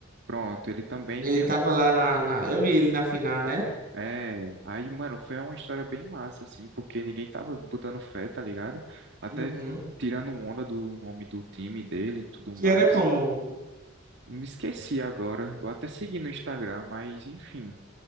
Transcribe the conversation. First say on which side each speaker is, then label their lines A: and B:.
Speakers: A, on the right (about 60°); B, on the right (about 45°).
A: Pronto, ele também
B: Ele
A: tem
B: tava
A: um
B: lá na, na, eu vi ele na final, né?
A: É, aí, mano, foi uma história bem massa, assim, porque ninguém tava botando fé, tá ligado? Até
B: Uhum.
A: tirando onda do nome do time dele e tudo
B: Que
A: mais.
B: era como
A: Me esqueci agora, eu até segui no Instagram, mas enfim.